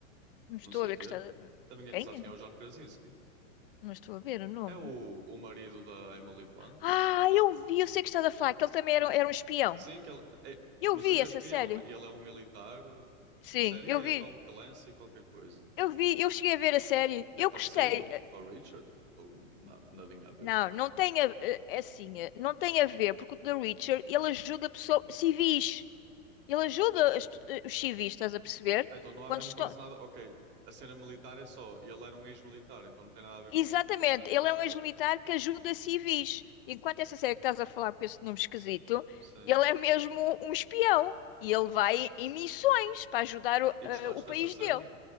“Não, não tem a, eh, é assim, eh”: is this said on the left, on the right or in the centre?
Left